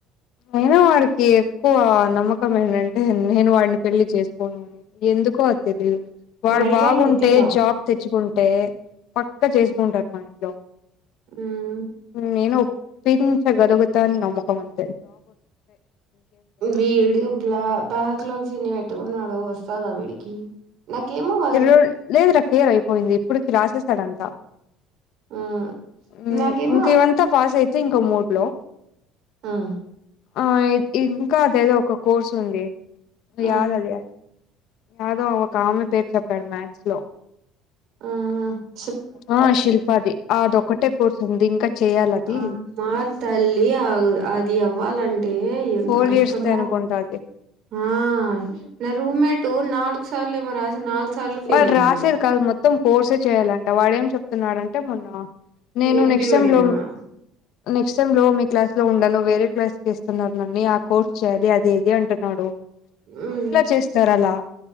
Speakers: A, on the left; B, on the right.
A: అయినా వాడికి ఎక్కువ నమ్మకం ఏంటంటే నేను వాడిని పెళ్లిచేసుకుని ఉ ఎందుకో తెలియదు వాడు
B: అడిగాడు
A: బాగుంటే
B: నితిన్
A: జాబ్ తెచ్చుకుంటే పక్క చేసుకుంటారు మా ఇంట్లో
B: ఆ <unintelligible>
A: నేను <unintelligible> ఒప్పించగలుగుతా అని నమ్మకం అను
B: వీడు <unintelligible> ఉబ్బలా బా అలోకి చిన్ని <unintelligible> పెట్టుకున్నాడు వస్తాదా వీడికి నాకేమో వాళ్
A: ఇర రోు <unintelligible> లేదు రా క్లియర్ అయిపోయింది ఇప్పుడుకి రాసేస్తాడంతా
B: మ్మ్
A: <unintelligible>
B: నాకేమో
A: ఇంక ఇవంతా పాస్ అయి ఇంకో మూడ్ లో
B: ఉ <unintelligible>
A: ఆ ఇంకా అద ఏదో ఒక కోర్సు ఉంది
B: మ్మ్
A: యాద అది <unintelligible> మాధవ్ ఒక ఆమె పేరు చెప్పాడు మ్యాథ్స్ లో
B: ఉ <unintelligible>
A: ఆ శిల్పాది అదొక్కటే కోర్స్ ఉంది ఇంకా చెయాలి అది
B: ఆ మా తల్లి ఆ <unintelligible> అది అవ్వాలంటే అంటే ఎంత
A: ఫోర్
B: కష్టమో
A: ఇయర్స్ ది అనుకుంటా అది
B: ఆ నా రూమ్మేట్ నాలుగు సార్లు ఏమో రాసి నాలుగు సార్లు ఫెయిల్
A: వాడు
B: అయింది
A: రాసేది కాదు మొత్తం కోర్స చేయాలంట వాడ ఏం చెప్తున్నాడంటే మొన్న నేను
B: ఎన్పి
A: నెక్స్ట్
B: పడిందేమో
A: సెమ్ లో నెక్స్ట్ సెమ్ లో మీ క్లాస్ లో ఉంను వేరే క్లాస్కి <unintelligible> ఇస్తున్నారు నన్నీ ఆ కోర్స్ చేయాలి అది ఏది అంటున్నాడు
B: హ్మ్
A: అలా చేస్తారు అలా